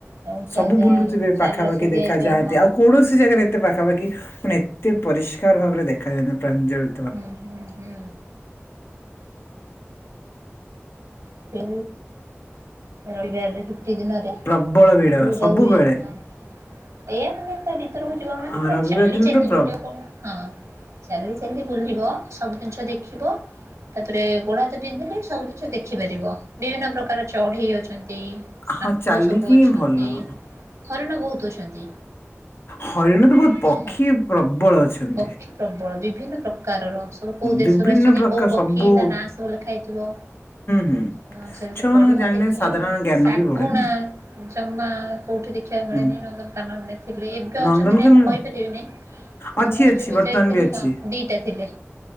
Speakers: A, on the right; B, on the left.
A: ଆଉ ଚା
B: ସବୁ
A: ଚା
B: ବୁଲୁଥିବେ
A: ଚାଲ
B: ପାଖାପାଖି
A: ସବୁ
B: ଦେଖା
A: ଦିଆଯାଇଥିବ
B: ଯାଆନ୍ତି।
A: ହଁ।
B: ଆଉ କୌଣସି ଜାଗାରେ ଏତେ ପାଖାପାଖି ମାନେ ଏତେ ପରିଷ୍କାର ଭାବରେ ଦେଖାଯାନ୍ତି ପ୍ରାଞ୍ଜଳ
A: ହୁଁ ହୁଁ ହୁଁ। <unintelligible> ଏ ରବିବାରରେ ଛୁଟି ଦିନରେ
B: ପ୍ରବଳ
A: ବୋହୁତ
B: ଭିଡ
A: ଭିଡ‌
B: ସବୁବେଳେ।
A: ହୁଏ ହଁ। ଏଇଆା ମାନେ ତା ଭିତରକୁ ଯିବ ମାନେ
B: ହଁ
A: ପୁରା
B: ରବିବାର
A: ଚାଲି
B: ଦିନ
A: ଚାଲି
B: ତ ପ୍ର
A: ବୁଲିବାକୁ ପଡିବ ହଁ। ଚାଲି ଚାଲି ବୁଲିବ ସବୁ ଜିନିଷ ଦେଖିବ ତାପରେ ଗୋଡ ହାତ ପିନ୍ଧିଲେ ସବୁ ଜିନିଷ ଦେ ଖିପାରିବ ବିଭିନ୍ନ ପ୍ରକାର ଚଢେଇ ଅଛନ୍ତି। ସାପ
B: ହଁ ଚାଲିକି
A: ସବୁ ଅଛନ୍ତି।
B: ହିଁ ଭଲ।
A: ହରିଣ ବୋହୁତ ଅଛନ୍ତି।
B: ହରିଣ ତ ବୋହୁତ ପକ୍ଷୀ
A: ହଁ।
B: ପ୍ରବଳ ଅଛନ୍ତି।
A: ପକ୍ଷୀ ପ୍ରବଳ ବିଭିନ୍ନ ପ୍ରକାରର ସବୁ କେଉଁ ଦେଶରୁ
B: ବିଭିନ୍ନ
A: ଅଛନ୍ତି।
B: ପ୍ରକାର
A: କୋଉ ପକ୍ଷୀ
B: ସବୁ ହୁଁ
A: ତା ନାଁ ସବୁ ଲେଖା ହେଇଥିବ।
B: ହୁଁ
A: ହଁ ସେରା
B: ଛୁଆ
A: ସବୁ
B: ମାନଙ୍କୁ
A: ପଢିବ
B: ଜାଣିଲେ
A: ଦେଖିବ
B: ସାଧାରଣ ଜ୍ଞାନ
A: ଶାଗୁଣା
B: ବି ବଢେ ନା।
A: ଜମା କୋଉଠି ଦେଖିବାକୁ ମିଳେନି
B: ହୁଁ
A: ନନ୍ଦନକାନନରେ ଥିଲେ ଏବେ
B: ନନ୍ଦନକାନନ
A: ଅଛନ୍ତି ନାଇଁ ମୁଁ କହିପାରିବିନି।
B: ଅଛି
A: ମୁଁ
B: ଅଛି
A: ଯେବେ
B: ବର୍ତ୍ତମାନ
A: ଯାଇଥିଲି
B: ବି ଅଛି
A: ହଁ ଦିଇଟା ଥିଲେ